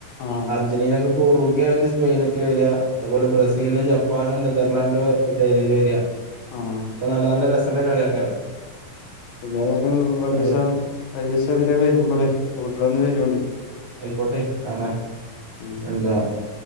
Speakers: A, on the left; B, on the right.
A: ആഹ്
B: അര്ജന്റീനക്ക് പോർുഗ അല്ലെങ്കിൽ സ്പെയിന ബുറുഗി അല്ലെങ്കി സ്പെയിനൊക്കെ വര അതുപോലെ ബ്രസീലിന് ജപ്പാനോ നെതർലാൻഡോ റ്റെ ഇതില് വര
A: ആഹ്
B: ഒക്കെ നല്ല നല്ല രസള്ള കളിയാക്കാരം
A: ഇങ്ങളേതായാലും ഒരീസം
B: കളി
A: ഒരീസം ഇതിലെ വരുമ്പളെ വീട്ടിലൊന്ന് വരോണ്ടി
B: അയ്ക്കോട്ടെ കാണാ
A: ഉം
B: എന്താ